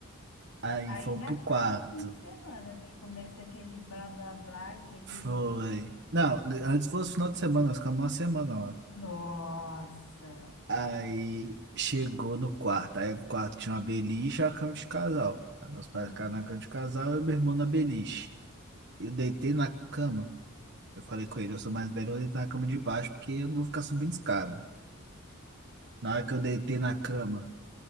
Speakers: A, on the right (about 55°); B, on the left (about 90°).
A: Aí
B: Aí
A: fomos
B: já
A: pro
B: acaba
A: quarto.
B: o fim de semana, porque começa aquele blá blá blá, aquele.
A: Foi. Não, antes fosse final de semana, nós ficamos uma semana, ó.
B: Nossa!
A: Aí chegou no quarto. Aí o quarto tinha uma beliche e a cama de casal. Aí meus pais
B: Hum.
A: ficaram na cama de casal e meu irmão na beliche. Eu deitei na cama. Eu falei com ele, eu sou mais velho, eu vou deitar na cama de baixo porque eu não vou ficar subindo escada. Na hora que eu deitei na cama,